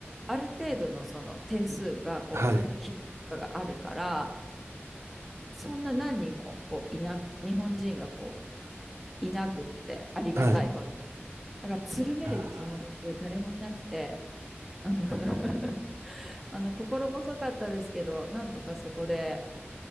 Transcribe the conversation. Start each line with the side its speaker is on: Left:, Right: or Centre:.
Centre: ある程度のその点数がこう、
Right: はい。
Centre: 基準とかがあるから、そんな何人もこういな、日本人がこういなくってありがたいこと。
Right: はい。
Centre: だから、つるめる友達が誰もいなくて、
Right: あ
Centre: <laughs> うんあの、心細かったですけど、なんとかそこで、